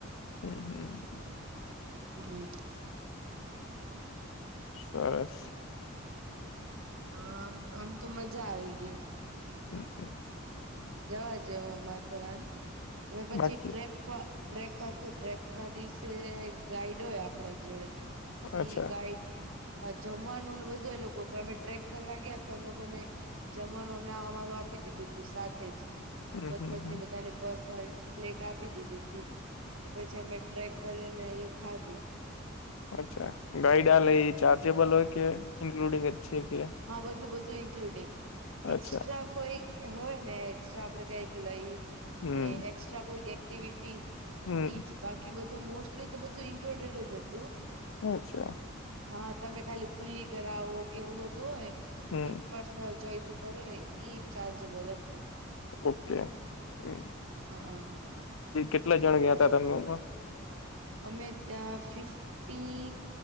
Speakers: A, on the left; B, on the right.
A: હમ્મ હમ્મ.
B: હમ્મ.
A: સરસ.
B: હામ આમ તો મજા આવે ગી.
A: હમ્મ.
B: જવા જેવો માથેરાન અને પછી
A: બાકી
B: ટ્રેક ટ્રેક હતો ટ્રેક ના દિવસે ગાઈડ હોય આપણા જોડે.
A: અચ્છા
B: એ ગાઈડ હા જમવાનુંને બધું એ લોકો અમે ટ્રેક કરવા ગયા તો અમ લોકોને જમવાનું હમણાં અમારું આપી દીધું હતું સાથે જ
A: હમ
B: પોતપોતની
A: હમ હમ
B: બધાની પર્સનલ પ્લેટ આપી દીધી હતી એ પછી અમે ટ્રેક કરીને એ ખાધું.
A: અચ્છા ગાાઈડ લ ચાર્જેબલ હોય કે ઇન્ક્લુડિંગછ કે.
B: હા બધું બધું ઇન્ક્લુડિંગ એક્સ્ટ્રા
A: અચ્છા
B: કોઈ હોય ને એસ્ટ્રા આપણે કઈક લઈ
A: હમ
B: કે એકસ્ટ્રા કોઈક એક્ટિવિટી
A: હમ
B: ઈજ બાકી બધું મોસ્ટલી તો બધું ઇન્ક્લુડેડ જ હતું.
A: અચ્છા
B: હા તમે ખાલી કુલી કરાવો કે એવું બધું હોય
A: હમ
B: એ પર્સનલ ચોઈસ ઉપર હોય ઈ ચાર્જેબલ હતું.
A: ઓકે હમ્મ.
B: હા હા
A: કેટલા જણ ગયા ત તમે લોકોમાં
B: અમે ત્યાં ફિફ્ટી